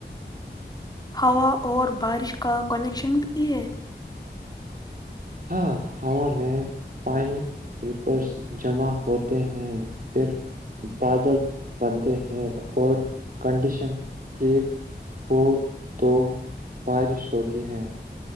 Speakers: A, on the left; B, on the right.
A: ہوا اور بارش کا کنیکشن بھی ہے
B: ہاں ہوا میں پانی پیپرس جمع ہوتے ہیں پھر بادل بنتے ہیں اور کنڈیشن ٹھیک ہو تو بارش ہوتی ہے